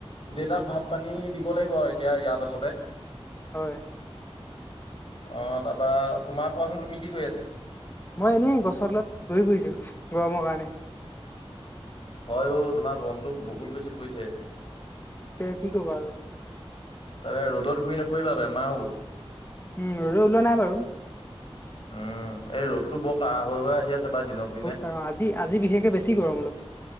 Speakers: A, on the left (about 60°); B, on the left (about 20°).
A: দেউতাক ভাত পানী দিব লাগিব এতিয়া ইয়াৰ পাছতে
B: হয়।
A: অ তাৰপা তোমাক কোৱাচোন তুমি কি কৰি আছা?
B: মই এনেই গছৰ তলত ঘূৰি ফুৰিছোঁ গৰমৰ কাৰণে-
A: হয় অঔ তোমাৰ গৰমটো বহুত বেছি পৰিছে।
B: এ কি কবা আৰু
A: তাকে ৰ'দত ঘূৰি নোফোৰিবা বেমাৰ হ'ব।
B: উম ৰদ ওলোৱা নাই বাৰু
A: উম এই ৰ'দতটো বৰ কাৰা হৈ হৈ আহি আছে প্ৰায় দিনক দিনে
B: বহুত কাৰণ আজি আজি বিশেষে বেছি গৰম অলপ।